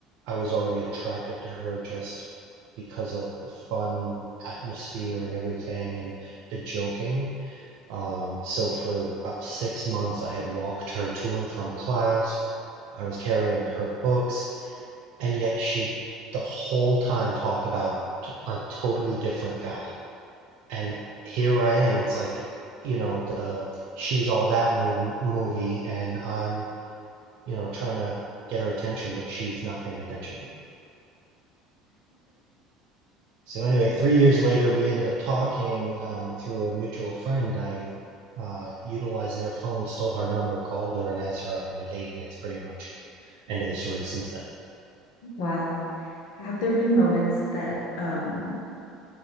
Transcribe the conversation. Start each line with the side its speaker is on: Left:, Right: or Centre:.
Right: I was already attracted to her just because of the fun atmosphere and everything and the joking. Um, so for about six months, I had walked her to and from class. I was carrying her books, and yet she the whole time talked about t- a totally different guy and here I am. It's like you know the she's all that mov- movie, and I'm you know trying to get her attention, but she's not paying attention to me. So anyway, three years later, we ended up talking um, through a mutual friend. I uh, utilized their phone, stole her number, called her, and asked her out on a date, and it's pretty much end of the story since then.
Left: Wow. Have there been moments that um